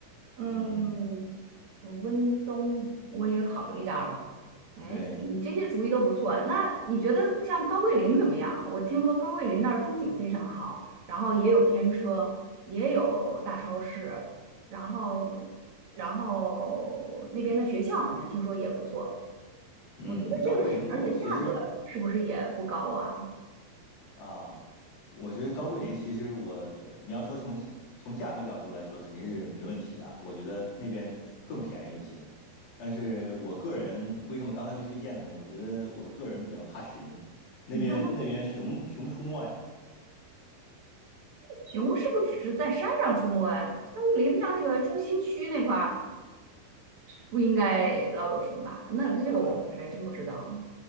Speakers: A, on the right (about 50°); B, on the left (about 75°).
A: 嗯，
B: 嗯。
A: 温东我也考虑一下吧。哎，
B: 对，
A: 你这些主意都不错。那你觉得像高桂林怎么样？我听说高桂林那儿风景非常好，然后也有天车，也有大超市，然后然后那边的学校好像听说也不错。
B: 嗯，
A: 我觉得这个是，
B: 高桂林，
A: 而且价格是不是也不高啊？
B: 我其实啊，我觉得高桂林其实我，你要说从从价格角度来说，肯定是没问题的。我觉得那边更便宜一些，但是我个人为什么刚才没推荐呢？我觉得我个人比较怕熊，那边那边熊熊出没呀，
A: <laughs> 熊是不是只是在山上出没啊？高桂林像那个中心区那块儿。不应该老有熊吧？那那这个我还真不知道。
B: 啊，